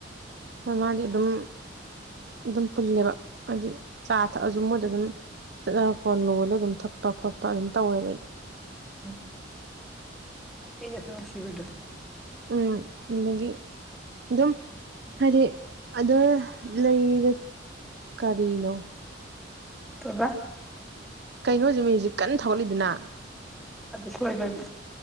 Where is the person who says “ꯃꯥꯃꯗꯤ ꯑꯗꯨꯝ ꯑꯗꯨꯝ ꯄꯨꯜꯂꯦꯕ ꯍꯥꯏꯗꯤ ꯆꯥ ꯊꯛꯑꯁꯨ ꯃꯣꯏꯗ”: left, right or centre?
Right